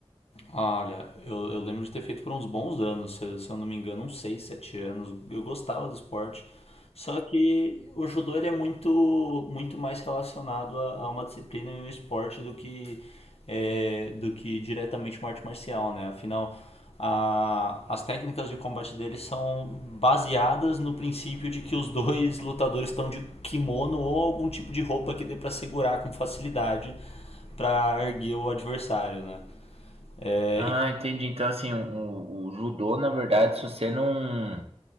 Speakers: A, on the left (about 70°); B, on the right (about 70°).
A: ah, Olha, eu, eu lembro de ter feito por uns bons anos, se, eu se eu não me engano, uns 6, 7 anos. Eu gostava do esporte. Só que o judô ele é muito, muito mais relacionado a, a uma disciplina e um esporte do que, é, do que diretamente uma arte marcial, né? Afinal, a- as técnicas de combate deles são baseadas no princípio de que os dois lutadores estão de kimono ou algum tipo de roupa que dê para segurar com facilidade para erguer o adversário, né? É,
B: Ah, entendi. Então, assim, o, o judô, na verdade, se você não,